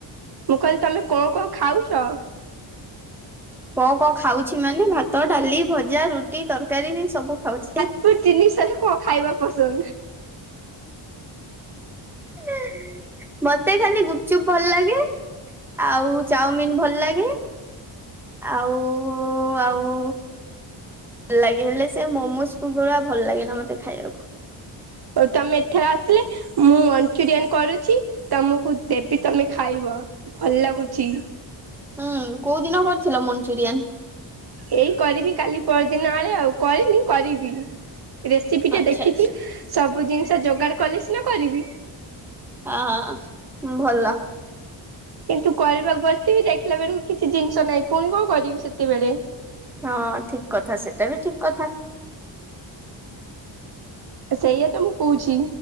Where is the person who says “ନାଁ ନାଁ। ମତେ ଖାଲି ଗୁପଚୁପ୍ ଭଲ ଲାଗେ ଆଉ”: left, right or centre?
Centre